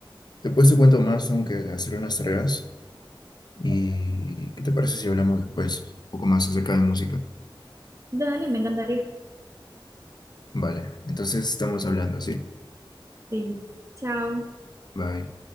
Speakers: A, on the left (about 50°); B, on the right (about 35°).
A: después te cuento más, aunque hacer unas tareas. ¿Y qué te parece si hablamos después? Un poco más acerca de música.
B: Dale, me encantaría.
A: Vale, entonces estamos hablando, ¿sí?
B: Sí. Chao.
A: Bye.